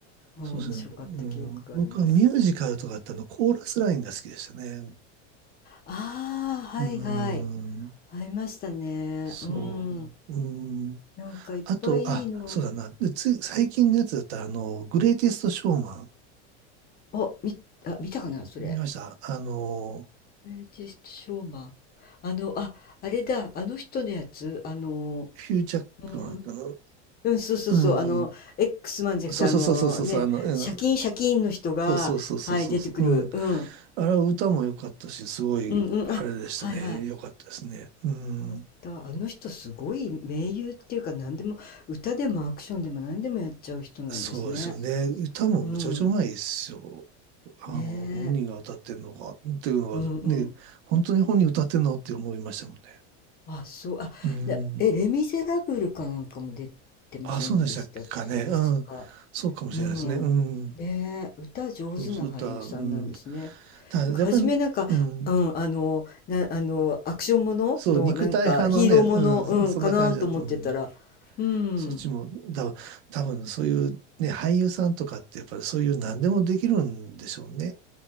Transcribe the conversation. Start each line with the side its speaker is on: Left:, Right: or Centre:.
Left: い、うん、
Right: そうですね。
Left: 面白かった記憶があります。
Right: うん、僕はミュージカルとかってあのコーラスラインが好きでしたね。
Left: ああ、
Right: うーん。
Left: はいはい。ありましたね。
Right: そう。
Left: うん。
Right: うーん。
Left: なんかいっぱいいいのある。
Right: あと、あ、そうだな。で、つい、最近のやつだったら、あの、グレイテストショーマン。
Left: あ、み、あ、見たかな、それ。
Right: 見ましたあの、
Left: ブリティッシュショーマン。あの、あ、あれだ、あの人のやつ、あの、
Right: ヒュージャックマンかな。
Left: うん、うん、そうそうそう、
Right: うんうん。
Left: あの、X マンじゃなくて、
Right: そうそうそうそうそうそう。
Left: あのね、
Right: あの、うん、
Left: シャキンシャキンの人が、
Right: そうそうそうそうそうそう。
Left: はい、出てくる。
Right: うん
Left: うん、
Right: あれは歌も良かったし、すごい、
Left: うん、うん、あ、
Right: あれでしたね。
Left: はいはい。よ
Right: 良かったですね。うん。
Left: かった。あの人すごい名優っていうか、何でも、歌でもアクションでも何でもやっちゃう人なんですね。
Right: そうですよね。歌もむちゃくちゃうまいですよ。
Left: うん、
Right: あの、
Left: ね
Right: 本人が歌ってんのか、
Left: え、
Right: っていうのはね、
Left: うんうん。
Right: 本当に本人歌ってんのって思いましたもんね。
Left: あ、そう、あ、
Right: うん。
Left: でえ、レ・ミゼラブルかなんかも出てませんでしたっけ、
Right: あ、そうでしたかね。
Left: 確か。
Right: うん。そうかもしれないですね。
Left: うん。
Right: うん。
Left: ねえ、歌上手な俳優さんなんですね。
Right: そうそう、歌、うん。ただ、
Left: なんか初めなんか、
Right: やっぱり、うん。
Left: うん、あの、な、あの、アクションものの、
Right: そう、肉体派のね、
Left: なんかヒーローもの、
Right: うん、
Left: うん、
Right: そ、そんな感じだった。
Left: かなと思ってたら、
Right: うん。
Left: うん。
Right: そっちも、だ、多分そういうね、俳優さんとかってやっぱりそういう何でもできるんでしょうね。